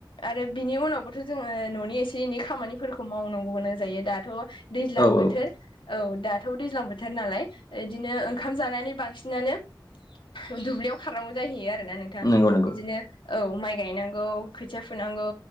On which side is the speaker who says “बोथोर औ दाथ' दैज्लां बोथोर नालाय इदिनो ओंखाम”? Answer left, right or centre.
Left